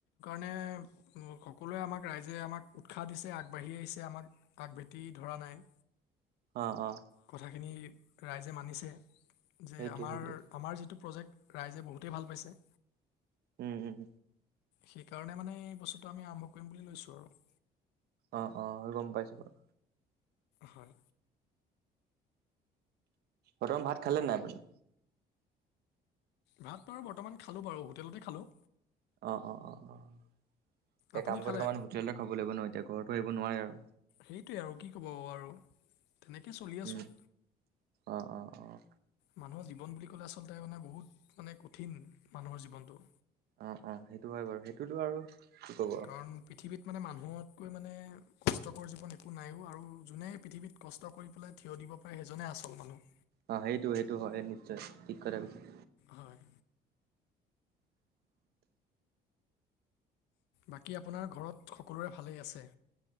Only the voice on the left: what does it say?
অ সকলোৱে আমাক ৰাইজে আমাক উৎসাহ দিছে আগবাঢ়ি আহিছে, আমাক আগভাতি ধৰা নাই।
কথাখিনি ৰাইজে মানিছে, যে
আমাৰ
আমাৰ যিটো প্ৰজেক্ট ৰাইজে বহুতেই ভাল পাইছে।
সেইকাৰণে মানে এই বস্তুটো আমি আৰম্ভ কৰিম বুলি লৈছো আৰু।
হয়।
ভাত বাৰু বৰ্তমান খালো বাৰু হোটেলতে খালোঁ।
আপুনি
খালে
সেইটোৱে আৰু কি কব আৰু তেনেকে চলি আছো।
মানুহৰ জীৱন বুলি ক'লে আচলতে মানে বহুত মানে কঠিন মানুহৰ জীৱনটো
কাৰণ পৃথিৱীত মানে মানুহতকৈ মানে কষ্টকৰ জীৱন একো নাইো আৰু যোনে পৃথিৱীত কষ্ট কৰি পেলাই থিয় দিব পাৰে সেইজনে আচল মানুহ
হয় বাকী আপোনাৰ ঘৰত সকলোৰে ভালেই আছে